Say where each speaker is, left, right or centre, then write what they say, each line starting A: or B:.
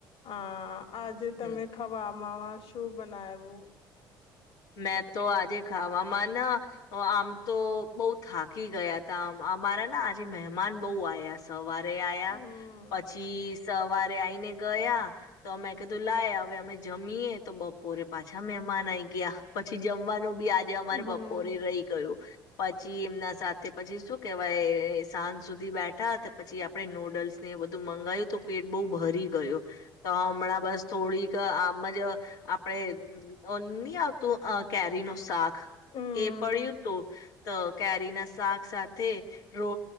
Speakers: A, on the left; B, on the left.
A: આ, આજે તમે
B: હમ
A: ખવામાં શું બનાયવું?
B: મેં તો આજે ખાવામાં ના આમ તો બઉ થાકી ગયાતા, અમારા ના આજે મહેમાન બહુ આયા સૌ વારે આયા
A: હમ
B: પછી સવારે આઈને ગયા તો અમે કીધું લાય હવે અમે જમીએ તો બપોરે પાછા મહેમાન આઈ ગયા. પછી જમવાનું બી આજે અમારે
A: હમ
B: બપોરે રહી ગયું. પછી એમના સાથે, પછી શું કેવાય સાંજ સુધી બેઠા તે પછી આપડે નૂડલ્સ ને બધું તો મંગાયું તો પેટ બહુ ભરી ગયો. તો હમણાં બસ થોડીક આમ જ આપડે <unintelligible> આવ તો અહ કેરી નો સાક
A: હમ
B: એ પડ્યું તું. તો કેરી ના શાક સાથે રો